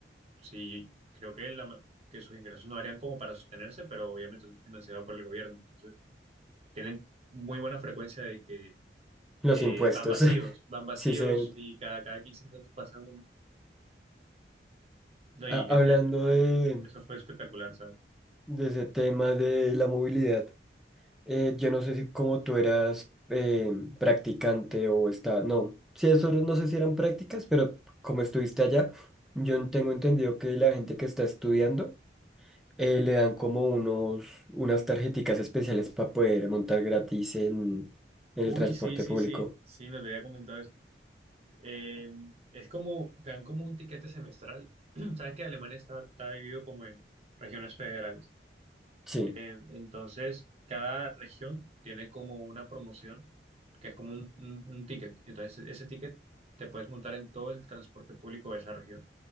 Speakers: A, on the right; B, in the centre.
A: Sí, creo que, la ma- que sus ingresos no harían como para sostenerse, pero obviamente eso es financiado por el gobierno. Entonces, tienen muy buena frecuencia de que
B: Los
A: eh,
B: impuestos,
A: van vacíos,
B: <laughs>
A: van vacíos
B: sí se ven.
A: y cada, cada 15 minutos pasa uno. No, y
B: Ha- hablando
A: es- es-
B: de,
A: eso fue espectacular, ¿sabes?
B: de ese tema de la movilidad, eh, yo no sé si como tú eras eh, practicante o está, no, sí, eso no no sé si eran prácticas, pero como estuviste allá, yo tengo entendido que la gente que está estudiando eh, le dan como unos, unas tarjeticas especiales para poder montar gratis en, en
A: Uy,
B: el transporte
A: sí, sí,
B: público.
A: sí, sí, nos había comentado eso. Eh, es como, te dan como un tiquete semestral. <clears throat> Sabes que Alemania está, está dividido como en regiones federales.
B: Sí.
A: Eh, entonces, cada región tiene como una promoción, que es como un, un, un ticket. Entonces, e-, ese ticket te puedes montar en todo el transporte público de esa región.